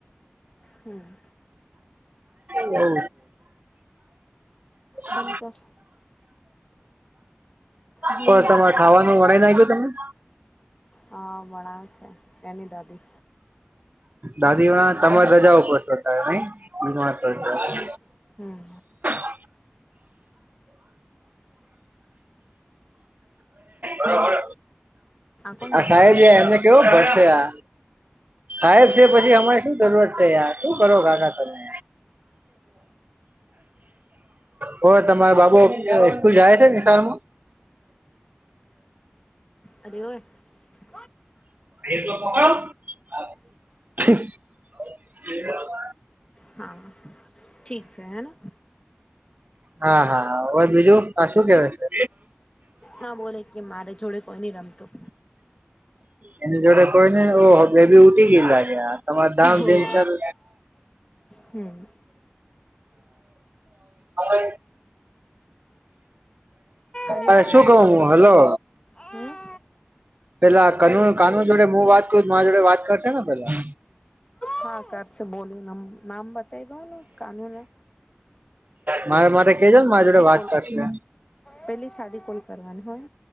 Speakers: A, on the left; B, on the right.
A: હમ
B: ગયો. હ.
A: બંધ
B: <inaudible> સમ
A: કર હમ
B: પણ તમારે ખાવાનું વડાઈ નાખ ગયો તમે.
A: હા વણાવ છે એની દાદી
B: દાદીણા તમામે રજા પશો ત નહી બીજ
A: હમ.
B: <inaudible> બરોબર
A: કોણ બોલા
B: આ સાહેબબ એમને કેવો ભરસે આ સાહેબ છે પછી અમારે શું જરૂરત છે યાર શું કરો કાકા તમે? હોવે તમારે બાબુ સ્કૂલ જાય છે નિશારમાં
A: અરે ઓ
B: <inaudible>
A: હા ઠીક છે હેના.
B: હા હા હવે બીજું આ શું કેવા છે.
A: ના બોલે કે મારે જોડે કોઈ નઈ રમતું.
B: એની જોડે કોઈ ને બેબી ઉઠી ગય લાગે. તમાર ધામધીમ
A: હોવે
B: ચાલુ.
A: હમ
B: હ.
A: અરે
B: અ
A: વા
B: શું કહું હું હલો.
A: હમ
B: પેલા કાનૂ કાનૂન જોડે હું વાત કરું મા જોડે વાત કરશે ને પેલા.
A: હા ઘસે બોલોમ નામ બતા દો ના કાનૂન હ
B: મારે માટે કજ ને મારા જોડે વાત
A: કોલ
B: કરશે.
A: પેલી સાદી કોલ કરવાની હોય.